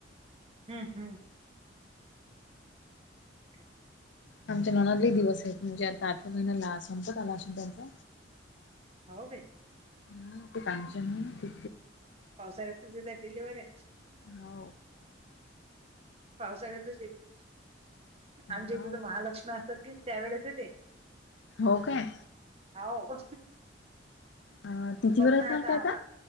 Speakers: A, on the right; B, on the left.
A: हम्म हम् ओके
B: आमच्या नॉनादली दिवस आहेत म्हणजे आता आठवा महिन्याला संपत आला असेल त्यांचा
A: हवगे
B: हा ते काच नाही ते
A: पावसाडत तलेले वरे
B: हो
A: पावसा वळेतच येते आमच्या
B: हो
A: इथे तर महालक्ष्मी असतात कि त्या वेळेस येते
B: हो काय?
A: होव
B: अ तिथीवर
A: बगमाता
B: आहेत ना ते आता.
A: पण